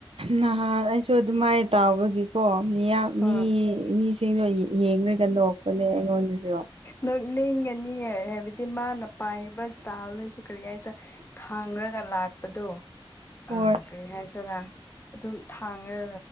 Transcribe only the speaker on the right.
ꯅꯍꯥꯟ ꯑꯩꯁꯨ ꯑꯗꯨꯃꯥꯏꯅ ꯇꯥꯎꯕꯒꯤꯀꯣ ꯃꯤꯌꯥꯝ
ꯃꯤꯁ ꯁꯤꯡꯗꯣ ꯌꯦꯡꯉꯒ ꯂꯣꯛꯄꯅꯦ ꯑꯩꯉꯣꯟꯗꯁꯨ
ꯍꯣꯏ